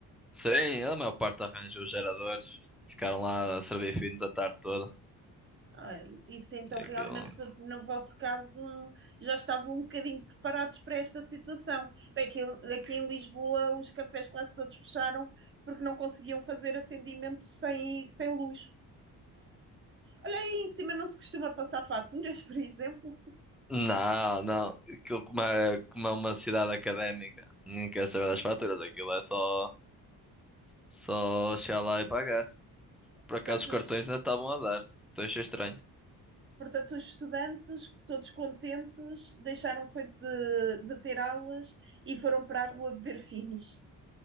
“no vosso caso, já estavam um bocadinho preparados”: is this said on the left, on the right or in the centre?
Right